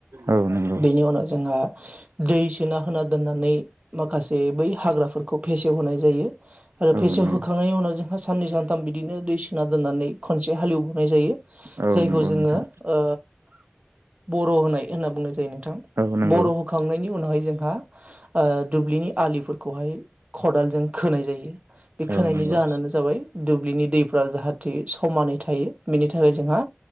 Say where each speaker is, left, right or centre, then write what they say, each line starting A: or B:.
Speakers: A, on the right (about 80°); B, on the right (about 30°).
A: औ नंगौ
B: बेनि उनाव जोंहा दै सोना होना दोननानै माखासे बै हाग्राफोरखौ फेसेवहोनाय जायो। आरोे
A: औ
B: फेसेवहोखांनायनि
A: नंगौ
B: उनाव जों साननै सानथाम बिदिनो दै सोना दोननानै खनसे हालेवो जायो
A: औ
B: जायखौ
A: नंगौ
B: जोङो
A: नोंथां
B: ओ बर' होनाय होनना बुंनाय जायोनो। थां
A: औ नंगौ
B: बर' होखांनायनि उनावहाय जोंहा ओ दुब्लिनि आलिफोरखौहाय खदालजों खोनाय जायो। बे
A: औ
B: खोनायनि
A: नंगौ
B: जाहोनानो जाबाय दुब्लिनि दैफ्रा जाहाथे समानै थायो बेनि थाखाय जोंहा